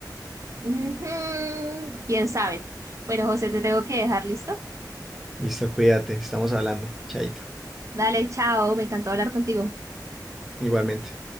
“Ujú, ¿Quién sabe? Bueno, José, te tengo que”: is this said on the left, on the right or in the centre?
Right